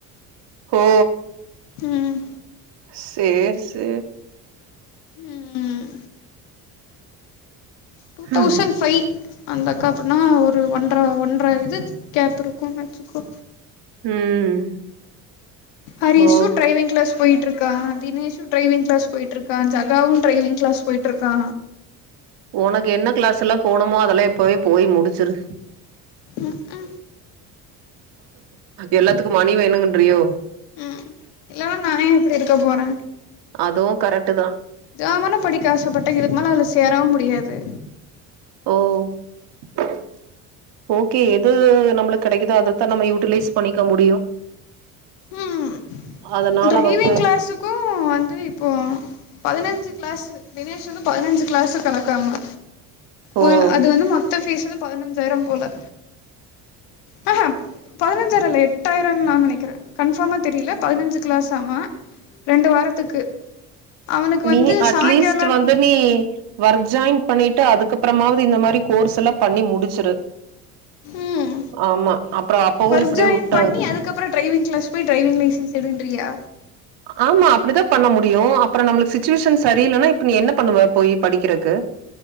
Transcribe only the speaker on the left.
ம்
ம் டூ தௌசண்ட்
ஃபைவ் அந்தக்கா எப்டினா ஒரு ஒன்ற ஒன்றை இது கேப் இருக்குனு வெச்சுக்கோ
ஹரிசு
டிரைவிங் கிளாஸ் போயிட்டு இருக்கா தினேசு டிரைவிங் கிளாஸ் போயிட்டு இருக்கா ஜகாவு டிரைவிங் கிளாஸ் போயிட்டு இருக்கா
உ உ
உம் இல்லனா நா இப்டி இருக்க போறே
ஜாமனு படிக்க ஆசப்பட்டே இதுக்கு மேல சேரவு முடியாது
உம்
டிரைவிங்
கிளாஸுக்கு வந்து இப்போ பதினஞ்சி கிளாஸு தினேஷ் வந்து பதனஞ்சி கிளாஸு கணக்காமா
உள் அது வந்து மொத்த பீஸு பதினஞ்சாயிர போல ஹ ஹ பதினஞ்சாயிர இல்ல எட்டாயிரோ நாங்களே- க்கிறே கன்ஃபாமா தெரியல பதினஞ்சு கிளாஸாமா ரெண்டு வாரத்துக்கு அவனுக்கு
வந்து
சாயங்காலம்
ம்
ஒர்க்
ஜாயின்
பண்ணி அதுக்கப்புறோ டிரைவிங் கிளாஸ் போய் டிரைவிங் லைசன்ஸ் எடுன் றியா